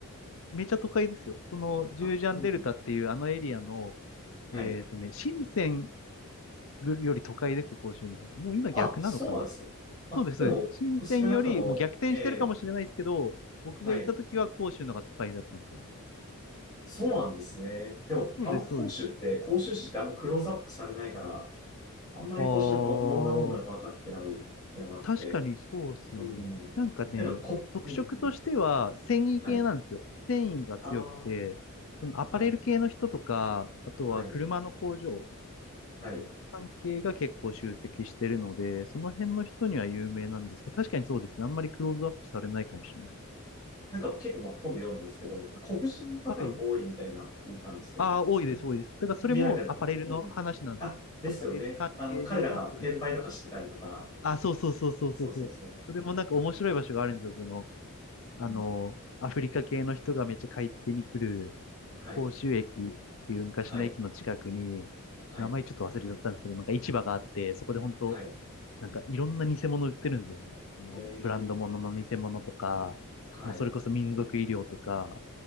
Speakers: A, on the left (about 60°); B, on the left (about 20°).
A: めちゃ都会ですよ。その、ジュージャンデルタっていうあのエリアの、
B: あ、うん。はい。
A: えっとね、深圳より都会ですよ、甲州の方が。もう今逆なのかな
B: あ、そうなんですね。あ、
A: そうです、
B: でも、
A: そうです。深センよりもう逆転してるかもしれないですけど、
B: 少なくとも、え
A: 僕が行った時は広州のが都会だったんですよね。
B: ー、はい。そうなんですね。でも、
A: そうです、
B: あんま講習って、
A: そうです。
B: 講習誌ってあんまクローズアップされないから、あんまり講習誌ど、
A: あー、
B: どんなもんなのか分かってないっていうのがあって、
A: 確かにそうですよね。
B: うん。
A: なんかね、
B: なんか、こ、
A: 特色としては繊維系なんですよ。
B: うん。はい。
A: 繊維が強くて、
B: ああ
A: そのアパレル系の人とか、
B: はい、
A: あとは車の工場
B: はい、はい。
A: 関係が結構集積してるので、その辺の人には有名なんですけど、確かにそうですね。あんまりクローズアップされないかもしれない。
B: なんか結構まあ本で読んだんですけど、黒人の方が多いみたいな聞いたんですけど、
A: はい。ああ、多いです、
B: え
A: 多いです。だからそれもアパレルの話なんですよ。
B: 見られたら、うん。あ、ですよね。
A: アパレル関係で、
B: あの、彼らが転売とかしてたりとか、
A: そうです、そうです。あ、そうそうそうそうそうそう。
B: そうそうそう。
A: それもなんか面白い場所があるんですよ。その、
B: うん。
A: あの、アフリカ系の人がめっちゃ買い付けに来る、
B: はい。
A: 甲州駅っていう昔の駅の近くに、
B: はい。はい。
A: 名前ちょっと忘れちゃったんですけど、なんか市場があって、そこで本当
B: はい。
A: なんかいろんな偽物売ってるんですよね。そのブランド物の偽物とか、
B: えー、はい。
A: もうそれこそ民族医療とか、